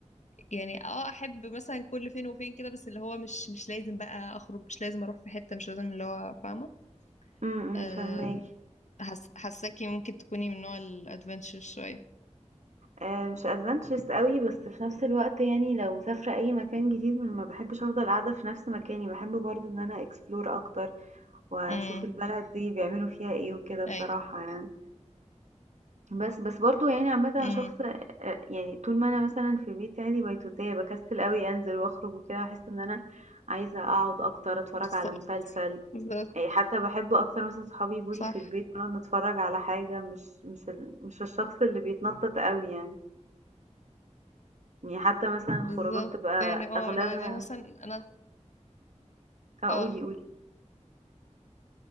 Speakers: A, on the left; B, on the right.
A: يعني اه احب مثلا كل فين وفين كده بس اللي هو مش مش لازم بقى اخرج مش لازم اروح في حتة مش لازم اللي هو فاهمة
B: امم
A: آم،
B: فاهماكي
A: حس- حاساكي ممكن تكوني من نوع الادفنتشر شوية
B: آآ مش adventures أوي، بس في نفس الوقت يعني لو مسافرة أي مكان جديد ما باحبش أفضل قاعدة في نفس مكاني، باحب برضه إن أنا explore أكتر وأشوف
A: امم
B: البلد دي بيعملوا فيها إيه وكده بصراحة
A: ايوه
B: يعني. بس بس برضه يعني عامةً أنا
A: امم
B: شخص آآ يعني طول ما أنا مثلًا في بيتي عادي بيتوتية، باكسل أوي أنزل وأخرج وكده، أحس إن أنا عايزة أقعد أكتر، أتفرج
A: بالظبط
B: على مسلسل،
A: بالظبط
B: آآ حتى باحب أكتر مثلًا صحابي ييجوا
A: صح
B: لي في البيت ونقعد نتفرج على حاجة، مش مش ال مش الشخص اللي بيتنطط أوي يعني. يعني حتى مثلًا الخروجات
A: بالظبط
B: بتبقى
A: يعني اه
B: أغلبها
A: انا يعني مثلا انا
B: آه،
A: اه
B: قولي، قولي.